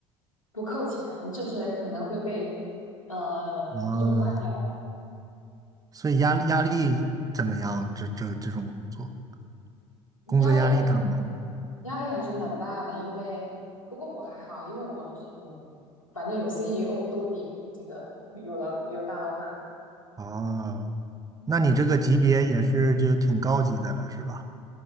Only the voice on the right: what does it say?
啊，所以压力压力怎么样？这这这种工作，工作压力大吗？
啊，那你这个级别也是就挺高级的了，是吧？